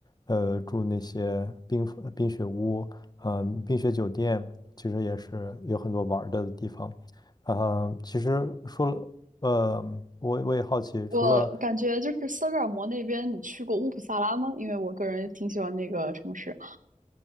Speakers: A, on the left; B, on the right.
A: 呃住那些冰呃冰雪屋，嗯、冰雪酒店，其实也是有很多玩儿的地方。啊、其实说了，呃，我我也好奇，
B: 我感觉就是斯德哥尔摩那边，
A: 除了
B: 你去过乌普萨拉吗？因为我个人挺喜欢那个城市。